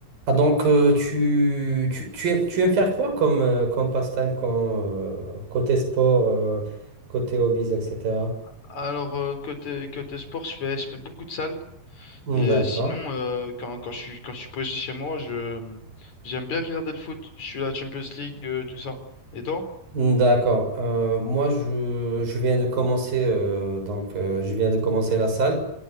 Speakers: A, on the right; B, on the left.
A: Ah donc euh, tu, tu, tu aimes, tu aimes faire quoi comme, euh, comme passe-temps quand, euh, côté sport, euh, côté hobbies, etc.
B: Alors euh, côté côté sport, je fais je fais beaucoup de salles
A: Hmm,
B: et
A: D'accord.
B: euh, sinon euh, quand quand je suis quand je suis posé chez moi, je j'aime bien regarder le foot. Je suis la Champions League euh, tout ça. Et toi?
A: Hmm, D'accord. Euh, moi je, je viens de commencer euh, donc euh, je viens de commencer la salle.